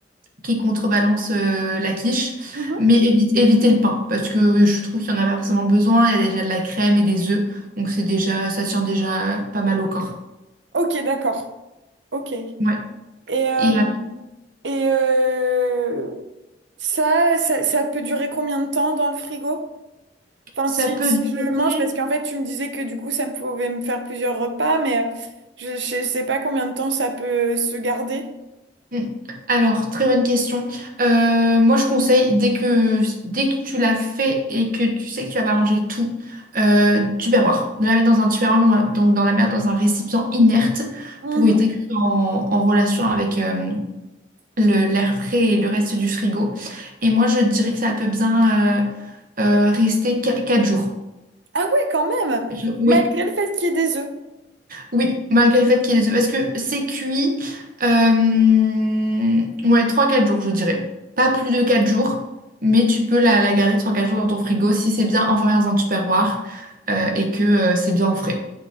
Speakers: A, on the right; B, on the right.
A: qui contrebalance euh, la quiche.
B: Mhm.
A: Mais évite, éviter le pain parce que je trouve qu'il n'y en a pas forcément besoin. Il y a déjà de la crème et des œufs. Donc, c'est déjà, ça tient déjà pas mal au corps.
B: Ok, d'accord. Ok. Et
A: Ouais.
B: euh,
A: Et après,
B: Et euh, ça, ça, ça peut durer combien de temps dans le frigo? Enfin,
A: ça
B: si,
A: peut
B: si je
A: durer.
B: le mange, parce qu'en fait, tu me disais que du coup, ça me pouvait me faire plusieurs repas, mais euh, je, je sais pas combien de temps ça peut se garder.
A: Mm. Alors, très bonne question. Euh, moi, je conseille, dès que, dès que tu l'as fait et que tu sais que tu vas pas manger tout, euh, tupperware. De la mettre dans un tupperware, dans un- donc dans la mer, dans un récipient inerte
B: Mhm.
A: pour éviter que ce soit en, en relation avec euh, le- l'air frais et le reste du frigo. Et moi, je dirais que ça peut bien euh, euh, rester 4 jours.
B: Ah ouais, quand même,
A: Je- Oui,
B: malgré le fait qu'il y ait des œufs.
A: Oui, malgré le fait qu'il est ait Parce que c'est cuit, euh, ouais, trois quatre jours, je dirais. Pas plus de quatre jours, mais tu peux la, la garder trois quatre jours dans ton frigo si c'est bien enfermé dans un tupperware euh, et que euh, c'est bien au frais.